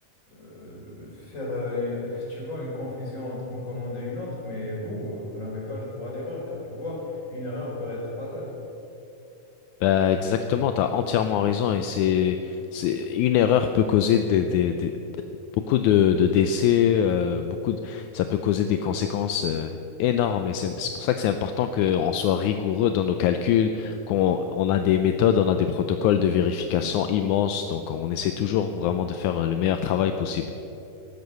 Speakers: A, on the left (about 20°); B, on the left (about 75°).
A: euh, faire, euh, tu vois, une confusion entre une commande et une autre, mais vous, vous n'avez pas le droit à l'erreur, car tu vois, une erreur peut être fatale.
B: Bah exactement, t'as entièrement raison et c'est c'est une erreur peut causer des, des, des- beaucoup de, de décès, euh, beaucoup de, ça peut causer des conséquences euh, énormes et c'est c'est pour ça que c'est important qu'on soit rigoureux dans nos calculs, qu'on on a des méthodes, on a des protocoles de vérification immenses, donc on essaie toujours vraiment de faire euh, le meilleur travail possible. <laughs>